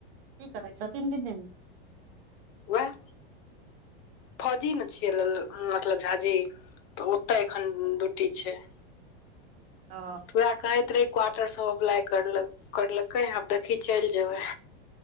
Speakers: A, on the right; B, on the left.
A: की कैर छथिन <unintelligible>
B: वैह फौजी मे छियै मतलब झाजी तऽ ओते एखन ड्यूटी छै
A: अ
B: वएह कहैत रहै क्वार्टर सब अप्लाइ करलक करलकै‌ हंँ आब देखही चलि जेबै